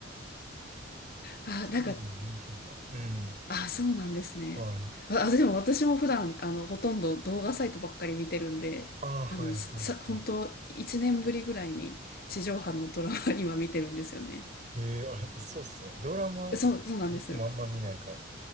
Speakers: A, on the left (about 50°); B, on the right (about 40°).
A: あ、
B: <laughs>
A: なんか
B: テレビ見えへんな。うん。
A: あ、そうなんですね。
B: はい。
A: あ、あでも私も普段、あの、ほとんど動画サイトばっかり見てるんで、
B: ああ、
A: あの、
B: はいはいは
A: さ、本当1年ぶりぐらいに地上波のドラマ <laughs> 今見てるんですよね。
B: い。へえ、あ、やっぱそうっすね。ドラマとかも僕もあんま見ないかも。
A: そう、そうなんです。